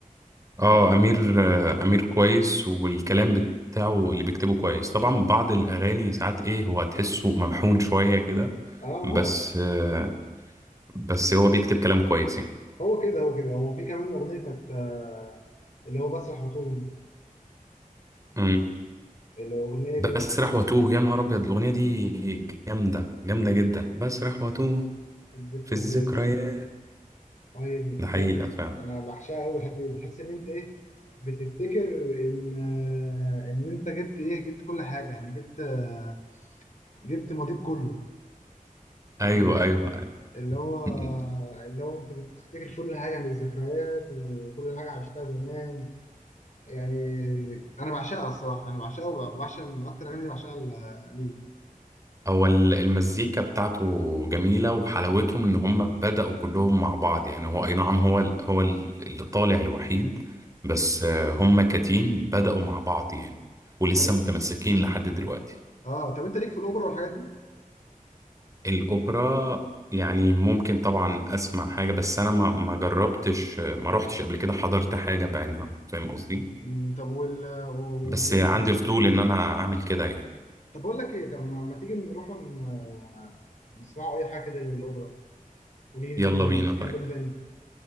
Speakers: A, on the right; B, on the left.
A: اه أمير آه أمير كويس والكلام بتاعه اللي بيكتبه كويس طبعا بعض الأغاني ساعات ايه هو هتحسه ممحون شوية كده
B: اه ما
A: بس
B: هو
A: آه بس هو بيكتب كلام كويس يعني
B: هو كده هو كده هو في كمان اغنيه بتاعت آه، اللي هو بسرح وطول
A: مم.
B: الاغنيه
A: بسرح
B: دي بص
A: واتوه يا نهار أبيض الأغنية دي جامدة جامدة جدا بسرح واتوه
B: الذكريات
A: في الذكريات
B: اه هي دي
A: ده حقيقة
B: جامد
A: فعلا
B: انا بعشقها قوي الحته دي بتحس ان انت ايه بتفتكر ان آه، ان انت جبت ايه جبت كل حاجه يعني جبت آه، جبت ماضيك كله يعني
A: أيوه أيوه
B: اللي هو
A: أيوة. <laughs>
B: اللي هو انت بتفتكر كل حاجه عن الذكريات وكل حاجه عشتها زمان يعني انا بعشقها الصراحه انا بعشقها وبعشق من اكتر اغاني بعشقها ال- ليه
A: هو ال- المزيكا بتاعته جميلة وحلاوتهم إن هم بدأوا كلهم مع بعض يعني هو أي نعم هو ال- هو ال- اللي طالع الوحيد بس آه، هم كتيم بدأوا مع بعض يعني ولسه
B: طب
A: متمسكين لحد دلوقتي
B: اه طب انت ليك في الاوبرا والحاجات دي
A: الأوبرا يعني ممكن طبعا أسمع حاجة بس أنا ما ما جربتش ما روحتش قبل كده حضرت حاجة بعينها فاهم قصدي
B: مم، طب وال وبيانو
A: بس عندي فضول إن أنا أعمل كده يعني
B: طب بقول لك ايه طب ما ما تيجي نروح ن- نسمعوا اي حاجه كده للاوبرا ونيجي
A: يلا
B: نكمل-
A: بينا
B: نكملوا
A: طيب
B: تاني